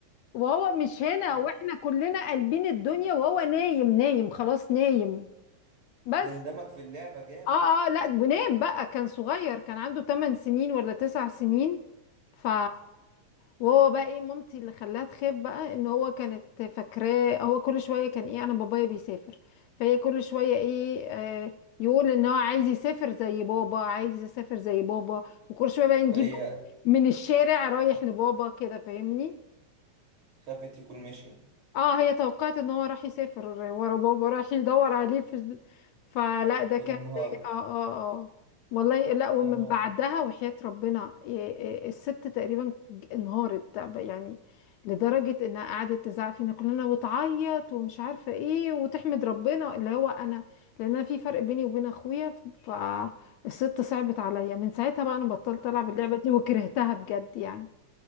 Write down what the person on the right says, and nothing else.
آه.
ده اندمج في اللعبة جامد
فهي
خافت يكون ماشي
يا
نهار
يا نهار
طبيعي